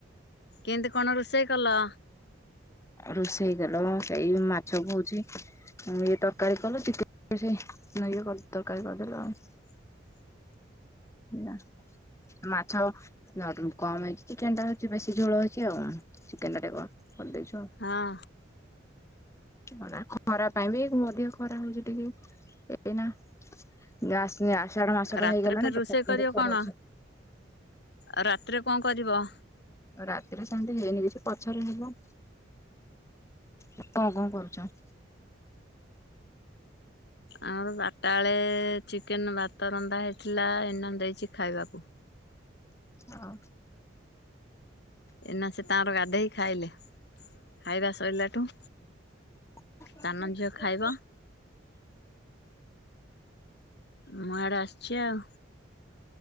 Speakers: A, on the left (about 60°); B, on the left (about 15°).
A: କେମିତି କଣ ରୋଷେଇ କଲ?
B: ରୋଷେଇ ହେଇଗଲ ମ ସେଇ ମାଛକୁ ହଉଚି ଇଏ ତରକାରୀ କଲ ଚିକେନ ସେଏ ନେଇ ତରକାରୀ କରିଦେଲ ଆଉ।
A: <inaudible>
B: ନା। ମାଛ ନା କମ ହେଇଚି ଚିକେନ ଟା ହଉଚି ବେଶୀ ଝୋଳ ହେଇଚି ଆଉ ଚିକେନ ଟା ଟିକେ କମ କରଦେଇଚୁ ଆଉ।
A: ହଁ।
B: ହଁ ନା ଖରା ପାଇଁ ବି ମଧ୍ୟ ଖରା ହଉଚି ଟିକେ ଏଇନା ଯା ଆସ ଆଷାଢ ମାସଟା
A: ରାତିରେ
B: ହେଇଗଲାଣି
A: ଫେର ରୋଷେଇ
B: ତଥାପି
A: କରିବ
B: କିନ୍ତୁ ଖରା
A: କଣ
B: ହୋଉଚି।
A: ଆଉ ରାତିରେ କଣ କରିବ?
B: ରାତିରେ ସେମିତି ହେଇନି କିଛି ପଛରେ ହେବ। ତ ଆଉ କଣ କରୁଚ?
A: ଆମର ବଟା ବେଳେ ଚିକେନ ଭାତ ରନ୍ଧା ହେଇଥିଲା ଏଇନାମ ଦେଇଚି ଖାଇବାକୁ।
B: ହଁ।
A: ଏନା ସେ ତାଙ୍କର ଗାଧୋଇି ଖାଇଲେ ଖାଇବା ସରିଲାଠୁ
B: <inaudible> ହଁ।
A: ସାନ ଝିଅ ଖାଇବ ମୁଁ ଆଡ଼େ ଆସିଛି ଆଉ